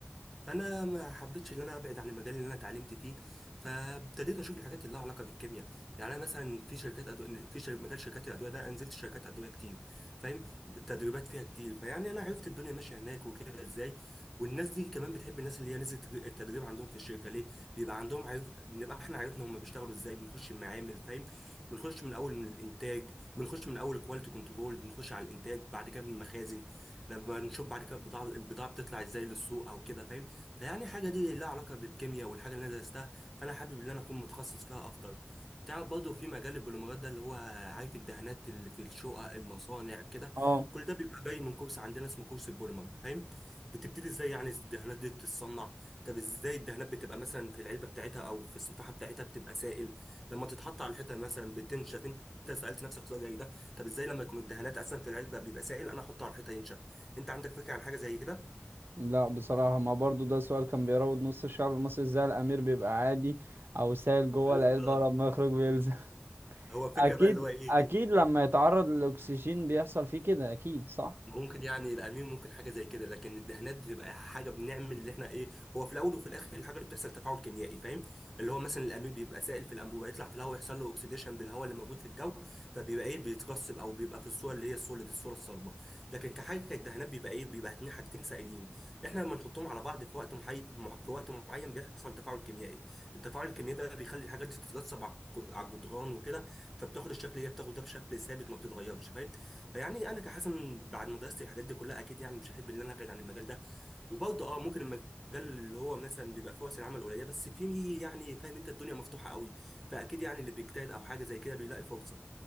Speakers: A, in the centre; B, on the right.
A: فانا ما حبيتش ان انا ابعد عن المجال اللي انا اتعلمت فيه فابتديت اشوف الحاجات اللي لها علاقه بالكيمياء يعني انا مثلا في شركات أدو... في شر... مجال شركات الادويه ده أنا نزلت شركات ادويه كتير فاهم التدريبات فيها كتير فيعني انا عرفت الدنيا ماشيه هناك وكده ازاي والناس دي كمان بتحب الناس اللي هي نزلت التدريب عندهم في الشركه ليه بيبقى عندهم عارف بنبقى احنا عرفنا هم بيشتغلوا ازاي بنخش المعامل فاهم بنخش من اول من الانتاج بنخش من اول كواليتي كنترول بنخش على الانتاج بعد كده من المخازن لما نشوف بعد كده البضاعه البضاعه بتطلع ازاي للسوق او كده فاهم فيعني حاجة دي لها علاقة بالكيمياء والحاجة اللي أنا درستها فأنا حابب إن أنا أكون متخصص فيها أكتر تعرف برضه في مجال البوليمرات ده اللي هو عارف الدهانات اللي في الشقق المصانع كده
B: اه
A: كل ده بيبقى جاي من كورس عندنا اسمه كورس البوليمر فاهم بتبتدي ازاي يعني الدهانات دي بتتصنع طب ازاي الدهانات بتبقى مثلا في العلبة بتاعتها أو في الصفيحة بتاعتها بتبقى سائل لما تتحط على الحيطة مثلا بتنشف انت سألت نفسك سؤال زي ده طب ازاي لما يكون الدهانات اصلا في العلبة بيبقى سائل انا احطه على الحيطة ينشف انت عندك فكرة عن حاجة زي كده؟
B: لا بصراحة ما برضو ده سؤال كان بيراود نص الشعب المصري ازاي الأمير بيبقى عادي أو سايل جوه
A: بالظبط
B: العلبة ولما يخرج بيلزق <laughs>
A: هو فكرة
B: أكيد
A: بقى اللي هو ايه
B: أكيد لما يتعرض للأكسجين بيحصل فيه كده أكيد صح
A: ممكن يعني القميم ممكن حاجة زي كده لكن الدهانات بتبقى حاجة بنعمل اللي احنا ايه هو في الأول وفي الآخر الحاجة اللي بتحصل تفاعل كيميائي فاهم اللي هو مثلا القميم بيبقى سائل في الأنبوبة يطلع في الهواء يحصل له أكسيديشن بالهواء اللي موجود في الجو فبيبقى ايه بيترسب أو بيبقى في الصورة اللي هي السوليد الصورة الصلبة لكن كحاجة كالدهانات بيبقى ايه بيبقى اتنين حاجتين سائلين احنا لما نحطهم على بعض في وقت محايد في وقت معين بيحصل تفاعل كيميائي التفاعل الكيميائي ده بيخلي الحاجات دي تترسب على الجدران وكده فبتاخد الشكل اللي هي بتاخده ده بشكل ثابت ما بتتغيرش فاهم فيعني انا كحسن بعد ما درست الحاجات دي كلها اكيد يعني مش هحب ان انا ابعد عن المجال ده وبرضه اه ممكن المجال اللي هو مثلا بيبقى فيه فرص العمل قليله بس فيه يعني فاهم انت الدنيا مفتوحه قوي فاكيد يعني اللي بيجتهد او حاجه زي كده بيلاقي فرصه